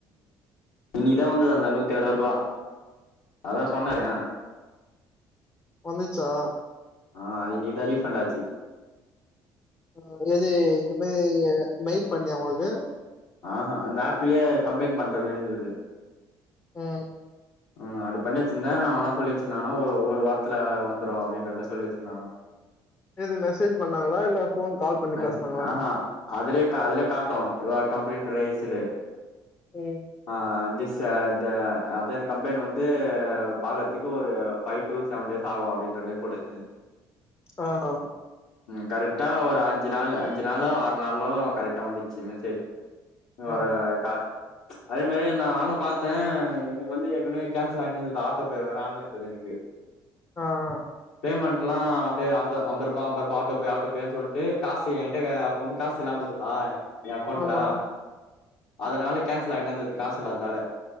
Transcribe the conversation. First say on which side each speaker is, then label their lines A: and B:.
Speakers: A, on the left; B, on the left.
A: இன்னிக்கிதா வந்துகு அந்த நூத்தி அறுவது ரூவா அதா சொன்னாரு
B: வந்துருச்சா
A: ஆ அது இன்னக்கிதா ரீஃபண்டாச்சு
B: அ எது இந்த மாரி மெயில் பண்ணியா அவங்களுக்கு
A: ஆஹூ அந்த ஆப்லயே கம்ப்ளைண்டட் பண்ற மாரி இருந்துது
B: ம்
A: ம் அப்டி பண்ணி வச்சிருந்த அவங்க என்ன சொல்லி வச்சிருந்தாங்கனா ஒரு ஒரு வாரத்துல வந்துரும் அப்டின்ற மாரி சொல்லி வச்சிருந்தாங்க
B: எது மெசேஜ் பண்ணாங்களா இல்ல ஃபோன் கால் பண்ணி
A: மேக்சிம்
B: பேசுனாங்களா
A: ஆஹா அதுலே கா அதுலே காட்டு யு ஆர் கம்ப்ளைண்ட் ரெய்சுடு
B: ம்
A: ஆஹ் திஸ் ச த அத்தா இந்த கம்ப்ளைண்ட் வந்து பாக்கதுக்கு ஒரு ஃபைவ் டு செவன் டேஸ் ஆகு அப்டின்ற மேரி போட்டு வெச்சி
B: ஆஹ் ஹ
A: ம் கரெட்டா ஒரு ஆஞ் சு நாளு அஞ்சு நாளோ ஆறு நாளோ கரெட்டா வந்துச்சி மெசேஜ் ‌ <unintelligible> வர
B: ஆ
A: கா அதே மேரி நா நானும் பாத்தே எனுக்கு வந்து ஏக்னவே கேன்சல் ஆய்ந்தது ஆட்டோபே வேற ஆன்லந்தது எனுக்கு
B: ஆஹ் ஆஹ்
A: பேமண்ட்டல்லா அப்டே அம்ப அம்பரூபா அம்பரூபா ஆட்டோ பே ஆட்டோ பே சொல்ட்டு காசு ஏங்கிட்ட அப்ப வந்து காசு இல்லாம இந்ததா ஏ அக்கோண்ட்ல
B: ஆமா
A: அதனால கேன்சல் ஆய்னேந்தது காஸ் இல்லாத்தால